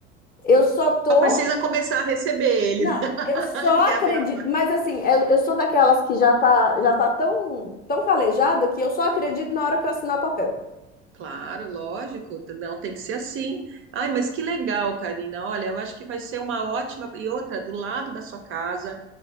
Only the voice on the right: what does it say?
precisa começar a receber ele,
né? <laughs>
Que é
a melhor parte.
É,
claro, lógico, t- não tem que ser assim. Ai, mas que legal, Karina. Olha, eu acho que vai ser uma ótima. E outra, do lado da sua casa,